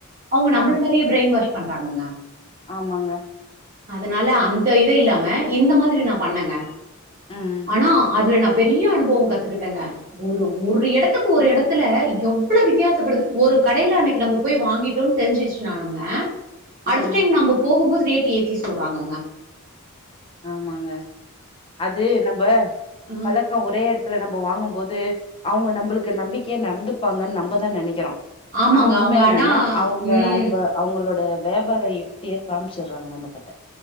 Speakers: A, on the right; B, on the left.
A: அவுங்க நம்மள
B: ஆ
A: நெறைய பிரைன் வாஷ் பண்றாங்கங்க
B: ஆமாங்க
A: அதனால அந்த இது இல்லாம இந்த மாதி நா பண்ணேங்க
B: ம்
A: ஆனா அதுல நா பெரிய அனுபவோ கத்துக்கிட்டேங்க ஒரு ஒரு இடத்துக்கு ஒரு இடத்துல எவ்வளோ வித்தியாசப்படுது ஒரு கடையில அன்னைக்கு நம்ம போய் வாங்கிட்டோம் தெரிஞ்சுச்சுனானுங்க அடுத்த
B: ம்
A: டைம் நாம போகும்போது ரேட்டு் ஏத்தி சொல்றாங்கங்க
B: ஆமாங்க அது நம்ம
A: அ
B: பழக்கோ ஒரே எடத்துல நம்ம வாங்கும்போது அவுங்க நம்மளுக்கு நம்பிக்கையா நடந்துப்பாங்கன்னு நம்பதா நெனைக்கிறோ
A: ஆமாங்க.
B: ஆனா உண்மை
A: அவங்க
B: என்னன்னா
A: ஆனா
B: அவுங்க
A: ம்
B: அவங்க அவுங்களோட வியபார யுக்தியே காமிச்சுறாங்க நம்ம கிட்ட